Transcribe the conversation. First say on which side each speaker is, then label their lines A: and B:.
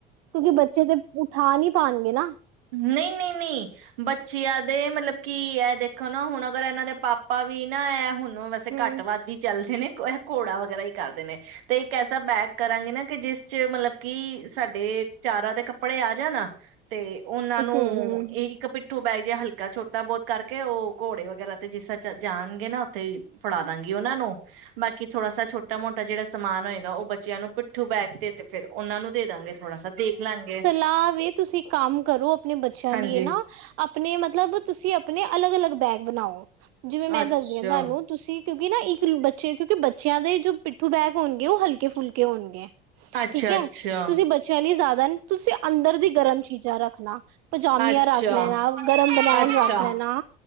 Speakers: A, on the right; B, on the right.
A: ਕਿਉਂਕਿ ਬੱਚੇ ਤੇ ਉਠਾ ਨੀ ਪਾਣਗੇ ਨਾ।
B: ਨਹੀਂ-ਨਹੀਂ-ਨਹੀਂ। ਬੱਚਿਆਂ ਦੇ ਮਤਲਬ ਕੀ ਐ ਦੇਖੋ ਨਾ ਹੁਣ ਅਗਰ ਇਹਨਾਂ ਦੇ ਪਾਪਾ ਵੀ ਨਾ ਐ ਹੁਣ ਸੇ
A: ਹਮ
B: ਘੱਟ-ਵੱਧ ਹੀ ਚੱਲਦੇ ਨੇ, ਇਹ ਘੋੜਾ ਵਗੈਰਾ ਕਰਦੇ ਨੇ। ਤੇ ਇੱਕ ਐਸਾ ਬੈਗ ਕਰਾਂਗੇ ਨਾ ਕਿ ਜਿਸ 'ਚ' ਮਤਲਬ ਕਿ ਸਾਡੇ ਚਾਰਾ ਦੇ ਕੱਪੜੇ ਆ ਜਾਣ। ਤੇ ਉਹਨਾਂ ਨੂੰ
A: ਹਮ
B: ਇਹੀ ਇੱਕ ਪਿੱਠੂ ਬੈਗ ਜਿਹਾ ਹਲਕਾ ਛੋਟਾ ਬਹੁਤ ਕਰਕੇ। ਉਹ ਘੋੜੇ ਵਗੈਰਾ ਤੇ ਜਿਸ ਤਰ੍ਹਾਂ ਜਾਣਗੇ ਨਾ ਉੱਥੇ ਹੀ ਫੜਾ ਦਾਂਗੀ ਉਹਨਾਂ ਨੂੰ। ਬਾਕੀ ਥੋੜਾ ਸਾ ਛੋਟਾ ਮੋਟਾ ਜਿਹੜਾ ਸਮਾਨ ਹੋਏਗਾ। ਉਹ ਬੱਚਿਆਂ ਨੂੰ ਪਿੱਠੂ ਬੈਗ ਤੇ ਤੇ ਫਿਰ ਉਹਨਾਂ ਨੂੰ ਦੇ ਦਾਂਗੇ ਥੋੜਾ ਸਾ ਦੇਖ ਲਾ ਗੇ।
A: ਲ ਵੇ ਤੁਸੀਂ ਕੰਮ ਕਰੋ ਆਪਣੇ ਬੱਚਿਆਂ
B: ਹਾਂਜੀ
A: ਲਈ ਐ ਨਾ। ਆਪਣੇ ਮਤਲਬ ਤੁਸੀਂ ਆਪਣੇ ਅਲੱਗ-ਅਲੱਗ ਬੈਗ ਬਣਾਓ। ਜਿਵੇਂ ਮੈਂ
B: ਅੱਛਾ
A: ਦੱਸਦੀ ਹਾਂ ਤੁਹਾਨੂੰ ਤੁਸੀਂ ਕਿਉਂਕਿ ਨਾ ਇੱਕ ਬੱਚੇ ਕਿਉਂਕਿ ਬੱਚਿਆਂ ਦੇ ਜੋ ਪਿੱਠੂ ਬੈਗ ਹੋਣਗੇ, ਉਹ ਹਲਕੇ-ਫੁਲਕੇ ਹੋਣਗੇ,
B: ਅੱਛਾ-ਅੱਛਾ।
A: ਠੀਕ ਐ ਬੱਚਿਆਂ ਲਈ ਜ਼ਿਆਦਾ ਤੁਸੀਂ ਅੰਦਰ ਦੀ ਗਰਮ ਚੀਜ਼ਾਂ ਰੱਖਣਾ। ਪਜਾਮੀਆਂ
B: ਅੱਛਾ,
A: ਰੱਖ ਲੈਣਾ, ਗਰਮ ਬਨੈਨ
B: ਅੱਛਾ, ਅੱਛਾ,
A: ਰੱਖ ਲੈਣਾ।